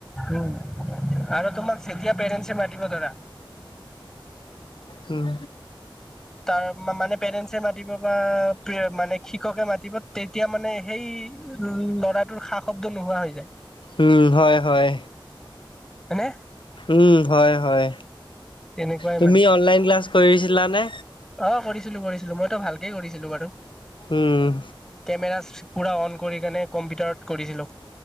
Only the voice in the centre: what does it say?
উম আৰু তোমাক যেতিয়া পেৰেণ্টছে মাতিব ধৰা
তাৰ মানে পেৰেন্টচে মাতিব বা মানে শিক্ষকে মাতিব এতিয়া মানে সেই ল'ৰাটোৰ সা শব্দ নোহোৱা হৈ যায়
হয়নে।
তেনেকুৱাই
মানে,
অ কৰিছিলো কৰিছিলো মইতো ভালকেই কৰিছিলো বাৰু।
কেমেৰা পূৰা অন কৰি কেনে কম্পিউটাৰত কৰিছিলোঁ।